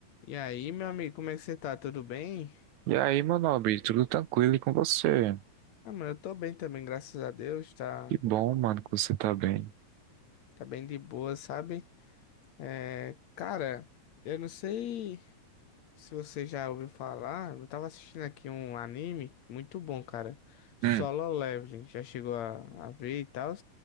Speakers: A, on the left; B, on the right.
A: E aí, meu amigo, como é que você tá? Tudo bem?
B: E aí, meu nobre, tudo tranquilo e com você?
A: Ah, mano, eu tô bem também, graças a Deus. Tá,
B: Que bom, mano, que você tá bem.
A: tá bem de boa, sabe? É, cara, eu não sei se você já ouviu falar. Eu tava assistindo aqui um anime muito bom, cara. Solo
B: Hum.
A: Leveling. Já chegou a, a ver e tal?